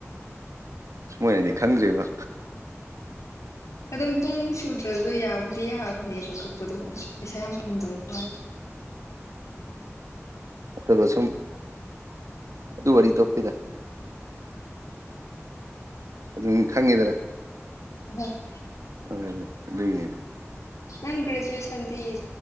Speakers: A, on the right; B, on the left.
A: ꯃꯣꯏꯅꯗꯤ ꯈꯟꯗ꯭ꯔꯤꯕ
B: ꯑꯗꯨꯝ ꯄꯨꯡ ꯁꯨꯗ꯭ꯔꯁꯨ ꯌꯥꯕꯨꯗꯤ ꯌꯥꯕꯅꯦꯕ ꯀꯛꯄꯗꯣ ꯄꯩꯁꯥ ꯌꯥꯝ ꯐꯪꯗꯣꯏꯁꯦ
A: ꯑ ꯁꯨꯝ ꯑꯗꯨ ꯋꯥꯔꯤ ꯇꯧꯗ ꯑꯗꯨꯝ ꯈꯪꯉꯦꯗꯅ
B: ꯑꯝ
A: ꯑꯗꯨꯏꯅꯦ
B: ꯅꯪ ꯒ꯭ꯔꯦꯖꯨꯋꯦꯁꯟꯗꯤ